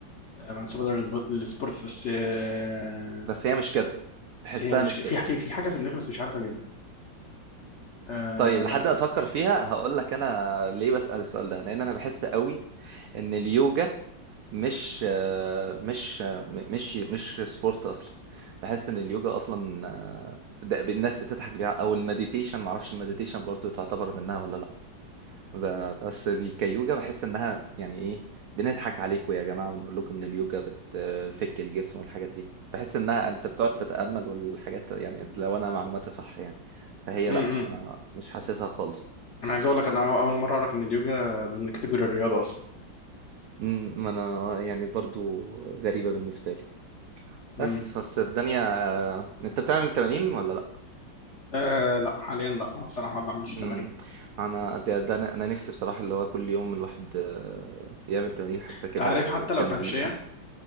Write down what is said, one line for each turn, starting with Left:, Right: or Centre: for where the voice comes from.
Left: آه، منسوبه للب- للسبورتس بس آه،
Right: بس هي مش كده تحسها
Left: بس هي مش
Right: مش
Left: كده.
Right: كده
Left: في في في حاجه في دماغي بس مش عارف اجيبها آه،
Right: طيب لحد ما تفكر فيها هقول لك انا ليه بسأل السؤال ده لان انا بحس قوي ان اليوجا مش آه، مش آه، م- مش مش سبورت اصلا بحس ان اليوجا اصلا آه، ده الناس بتضحك بيها او المديتيشن معرفش المديتيشن برضو تعتبر منها ولا لا ب- بس ال- كيوجا بحس انها يعني ايه بنضحك عليكم يا جماعة ونقول لكم ان اليوجا بتفك الجسم والحاجات دي بحس انها انت بتقعد تتأمل والحاجات يعني لو انا معلوماتي صح يعني فهي
Left: م-
Right: لا ما
Left: م.
Right: مش حاسسها خالص
Left: انا عايز اقول لك انا اول مره اعرف ان اليوجا ضمن كاتيجوري الرياضه اصلا
Right: مم، ما انا يعني برضو غريبة بالنسبة لي
Left: م.
Right: بس بس الدنيا آه، انت بتعمل تمارين ولا لا
Left: أه لا حاليا لا بصراحه ما بعملش تمارين
Right: امم انا ده, ده انا أنا نفسي بصراحة اللي هو كل يوم الواحد آه، يعمل تمارين حتى
Left: انت
Right: كده
Left: عارف
Right: لو
Left: حتى لو
Right: كام
Left: تمشيه
Right: دقيقة